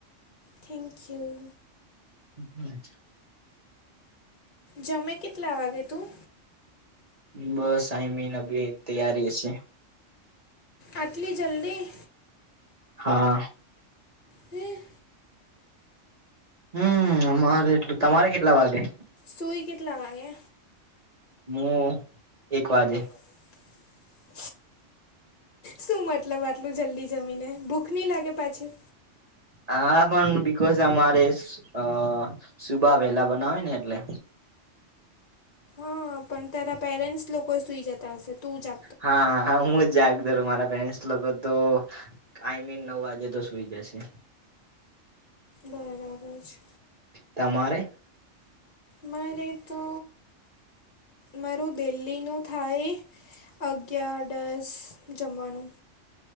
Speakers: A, on the left; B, on the right.
A: થેન્ક્યુ.
B: <unintelligible>
A: જમે કેટલા વાગે તું.
B: બસ આઈ મીન‌ અભી તૈયારી છે.
A: આટલી જલ્દી
B: હા
A: હમ
B: હમ અરે એટલું તમારે કેટલા વાગે.
A: સુઈ કેટલા વાગે.
B: હું એક વાજે.
A: <unintelligible> શું મતલબ આટલું જલ્દી જમીને ભૂખ નઈ લાગે પાછી
B: હા પણ બિકોઝ અમારે અ સુબા વહેલા બનાવે ને એટલે
A: હ પણ તાર પેરેન્ટ્સ લોકો સુઈ જતા તા હશે તું જા
B: હા હું જક મારા પેરેન્ટ લોકો તો આઈ મીન નવ વાગે તો સુઈ જશે.
A: બરાબર છે
B: તમારે
A: મારે તો મારું ડેલીનુ થાય. અગયાર દસ જમવાનું.